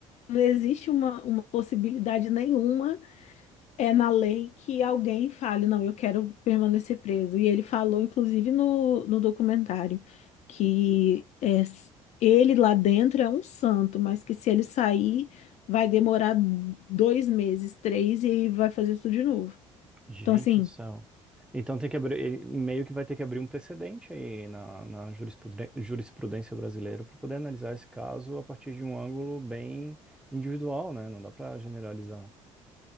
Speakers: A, on the left; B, in the centre.
A: não existe uma, uma possibilidade nenhuma é na lei que alguém fale, não, eu quero permanecer preso. E ele falou, inclusive, no, no documentário, que é, s- ele lá dentro é um santo, mas que se ele sair, vai demorar dois meses, três, e aí vai fazer tudo de novo.
B: Gente
A: Então, assim,
B: do céu. Então tem que abrir, ele meio que vai ter que abrir um precedente aí na, na jurisprudê- jurisprudência brasileira para poder analisar esse caso a partir de um ângulo bem individual, né? Não dá para generalizar.